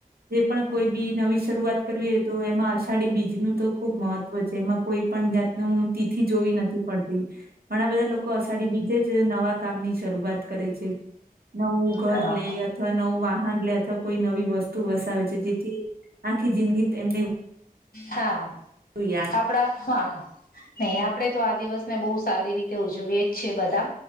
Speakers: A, on the right (about 80°); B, on the left (about 70°).
A: જે પણ કોઈ બી નવી શરૂઆત કરવીએ તો એમાં અષાઢી બીજનું તો ખુબ મહત્વ છે એમાં કોઈ પણ જાતનું તિથિ જોવી નથી પડતી ઘણા બધા લોકો અષાઢી બીજે જ નવા કામ ની શરૂઆત કરે છે નવું ઘર
B: હા
A: લે અથવા નવું વાહન લે અથવા કોઈ નવી વસ્તુ વસાવે છે જેથી કે જિંદગી એમને
B: હા-
A: યાદ રહે.
B: આપડા -હા નહી આપણે તો આ દિવસને બહુ સારી રીતે ઉજવીએ જ છીએ બધા